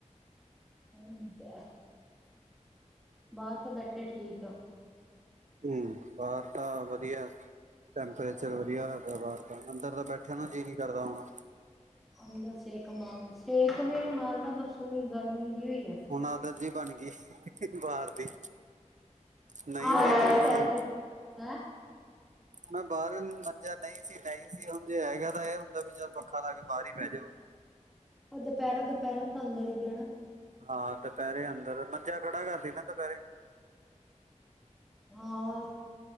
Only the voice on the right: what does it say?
ਹਮ ਬਾਹਰ ਤਾਂ ਵਧੀਆ ਟੈਂਪਰੇਚਰ ਵਧੀਆ ਹੈਗਾ ਬਾਹਰ ਦਾ ਅੰਦਰ ਤਾਂ ਬੈਠਿਆ ਨਾ ਦਿਲ ਹੀ ਨਈ ਕਰਦਾ ਹੋਣਾ
ਹੁਣ ਆਦਤ ਜੀ ਬਣ ਗਈ ਬਾਹਰ ਦੀ ਨਹੀਂ
ਸੀ, ਨਹੀਂ
ਸੀ
ਮੈਂ ਬਾਹਰ ਨੂੰ ਮੰਜਾ ਨਹੀਂ ਸੀ ਨਹੀਂ ਸੀ ਹੁਣ ਜੇ ਹੈਗਾ ਤਾਂ ਇਹ ਹੁੰਦਾ ਵੀ ਚਾਰ ਪੱਖਾ ਲਾ ਕੇ ਬਾਹਰ ਹੀ ਪੈ ਜਾਓ
ਹਾਂ ਦੁਪਹਿਰੇ ਅੰਦਰ ਮੰਜਾ ਖੜਾ ਕਰਦੀ ਨਾ ਦੁਪਹਿਰੇ